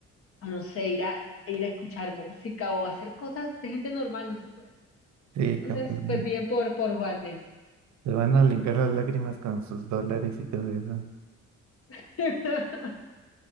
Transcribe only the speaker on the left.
o no sé, ir a, ir a escuchar música o hacer cosas de gente normal, no se puede.
Entonces,
pues bien por, por Juanes.
<laughs>